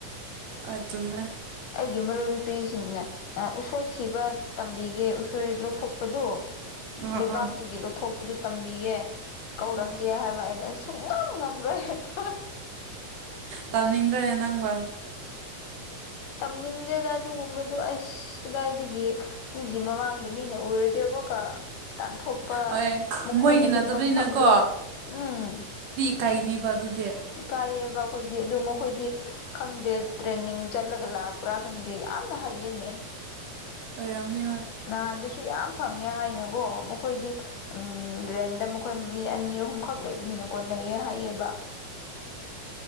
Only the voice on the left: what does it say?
ꯑꯩꯒꯤ ꯃꯔꯨꯞ ꯅꯨꯄꯤꯁꯤꯡꯅ ꯎꯁꯣꯏ ꯊꯤꯕ ꯇꯝꯕꯤꯒꯦ ꯎꯁꯣꯏ ꯂꯣꯊꯣꯛꯄꯗꯣ ꯂꯩꯕꯥꯛꯇꯨꯒꯤ
ꯂꯧꯊꯣꯛꯄꯗꯨ ꯇꯝꯕꯤꯒꯦ ꯀꯧꯔꯛꯀꯦ
ꯍꯥꯏꯕ ꯑꯩꯅ ꯁꯨꯡꯉꯝ ꯉꯝꯔꯣꯏ ꯍꯥꯏꯕ
ꯇꯝꯅꯤꯡꯗꯦꯗ ꯑꯗꯨꯒꯨꯝꯕꯗꯨ ꯑꯁ ꯑꯗꯨꯗꯥꯏꯗꯒꯤ ꯃꯤꯒꯤ ꯃꯃꯥꯡꯗ ꯃꯤꯅ ꯎꯔꯗꯤ ꯑꯃꯨꯛ ꯇꯥꯟꯊꯣꯛꯄ
ꯃꯈꯣꯏꯅ
ꯆꯠꯄ
ꯃꯐꯝꯗꯨ ꯎꯝ
ꯏꯀꯥꯏꯌꯦꯕ ꯑꯩꯈꯣꯏꯗꯤ ꯑꯗꯨ ꯃꯈꯈꯣꯏꯗꯤ ꯈꯪꯗꯦ ꯇ꯭ꯔꯦꯟꯅꯤꯡ ꯆꯠꯂꯒ ꯂꯥꯛ ꯄꯨꯔꯥ ꯈꯪꯗꯦ ꯌꯥꯝꯅ ꯍꯩꯌꯦꯅꯦ
ꯅꯍꯥꯟꯗꯨꯁꯨ ꯌꯥꯝ ꯐꯪꯉꯦ ꯍꯥꯏꯅꯀꯣ ꯃꯈꯣꯏꯗꯤ ꯎꯝ ꯔꯦꯟꯗ ꯃꯈꯣꯏ ꯃꯤ ꯑꯅꯤ ꯑꯍꯨꯝꯈꯛ ꯂꯩꯕꯅꯤꯅ ꯀꯣꯟꯅꯩꯌꯦ ꯍꯥꯏꯌꯦꯕ